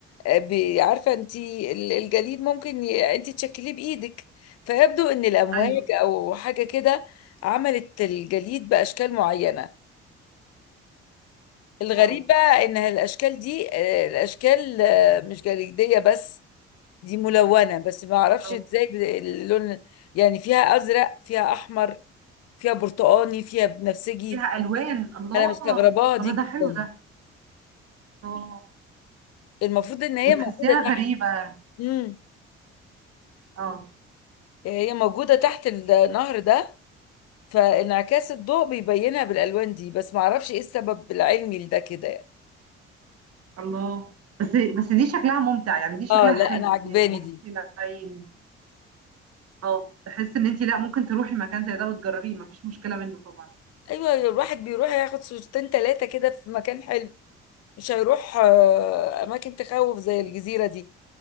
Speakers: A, on the left; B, on the right.
A: بي- عارفه انت ال- الجليد ممكن ي- انت تشكليه بايدك فيبدو ان الامواج
B: ايوه
A: او حاجه كده عملت الجليد باشكال معينه الغريب
B: واو
A: بقى ان الاشكال دي آه، الاشكال آه، مش جليديه بس دي ملونه بس ما اعرفش
B: اه
A: ازاي ب- اللون يعني فيها ازرق فيها احمر فيها برتقاني فيها بنفسجي
B: فيها الوان الله
A: انا مستغرباها دي
B: طب
A: جدا
B: ده حلو ده اه
A: المفروض ان هي
B: وتحسيها
A: موجوده
B: غريبه
A: تحت امم
B: اه
A: هي موجوده تحت النهر ده فانعكاس الضوء بيبينها بالالوان دي بس ما اعرفش ايه السبب العلمي لده كده يعني
B: الله بس بس دي شكلها ممتع يعني دي شكلها
A: اه لا
B: حلو
A: انا عجباني
B: مريح
A: دي
B: للعين اه تحس ان انت لا ممكن تروحي مكان زي ده وتجربيه مفيش مشكله منه طبعا
A: ايوه الواحد بيروح ياخد صورتين ثلاثه كده في مكان حلو مش هيروح آه، اماكن تخوف زي الجزيره دي